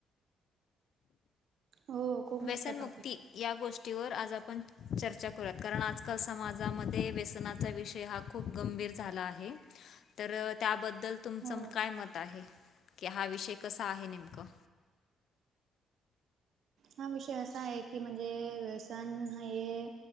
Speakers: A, on the right; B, on the left.
A: हो खूप मस्त
B: व्यसनमुक्ती
A: टॉपिक आहे.
B: या गोष्टीवर आज आपण चर्चा करूयात कारण आजकाल समाजामध्ये व्यसनाचा विषय हा खूप गंभीर झाला आहे. तर त्याब बद्दल तुमचं
A: हो
B: काय मत आहे की हा विषय कसा आहे नेमकं?
A: हा विषय असा आहे की म्हणजे व्यसन हाये.